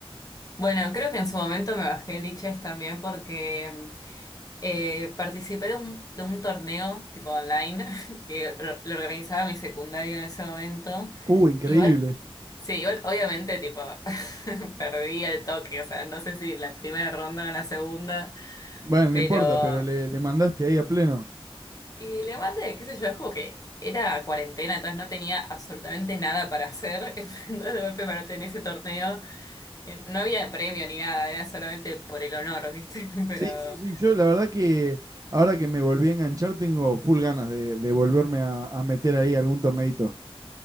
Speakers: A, on the left; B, on the right.
A: Bueno, creo que en su momento me bajé el Lichess también porque mm, Eh, participé de un, de un torneo tipo online <laughs> que lo, lo organizaba mi secundario en ese momento.
B: Uh, increíble.
A: Igual, sí, igual obviamente tipo <laughs> perdí el toque, o sea, no sé si en la primera ronda o en la segunda,
B: Bueno,
A: pero...
B: no importa, pero le, le mandaste ahí a pleno.
A: Y le mandé, qué sé yo, es como que era cuarentena, entonces no tenía absolutamente nada para hacer, <laughs> entonces de golpe me anoté en ese torneo, eh, no había premio ni nada, era solamente por el honor, ¿viste? <laughs> Pero...
B: Sí, sí, sí. Yo la verdad que ahora que me volví a enganchar tengo full ganas de, de volverme a, a meter ahí algún torneito.